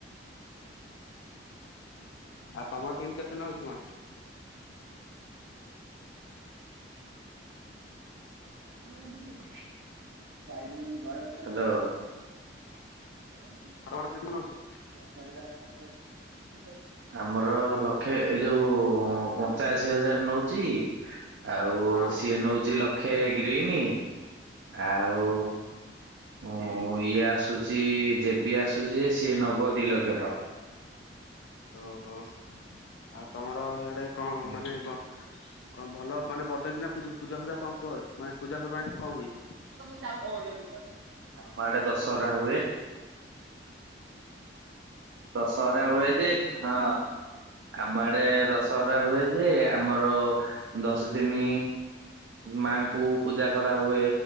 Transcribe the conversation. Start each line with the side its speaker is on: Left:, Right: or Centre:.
Left: ଆଉ ତମର କେମିତି କେତେ ନଉଛି କଣ?
Right: ହାଲୋ। <unintelligible>
Left: ତମର କେତେ ନଉଚି?
Right: <unintelligible> ଆମର ଲକ୍ଷେ ଏ ଯୋଉ ପଞ୍ଚାଅଶୀ ହଜାର ନଉଚି ଆଉ
Left: ହଁ
Right: ସିଏ ନଉଚି ଲକ୍ଷେ ତିନି ଆଉ ଓ ଇଏ ଆସୁଚି ଯେବି ଆସୁଛି ସିଏ ନବ ଦି ଲକ୍ଷ ଟଙ୍କା।
Left: ଓହୋ ଆଉ ତମର ହିଆଡ଼େ କଣ
Right: ହୁଁ।
Left: ମାନେ ଗ କଣ ଭଲ ମାନେ ବଡ଼ କିନା ପୁଜୁ ପୂଜା ଫୂଜା କଣ କର୍ ମାନେ ପୂଜା ପର୍ବାଣୀ କଣ ହୁଏ?
Right: ଆମ ଆଡ଼େ ଦଶହରା ହୁଏ। ଦଶହରା ହୁଏଯେ ହଁ। ଆମ ଆଡ଼େ ଦଶହରା ହୁଏ ଯେ ଆମର ଦଶ ଦିନି ମାଙ୍କୁ ପୂଜା କରାହୁଏ।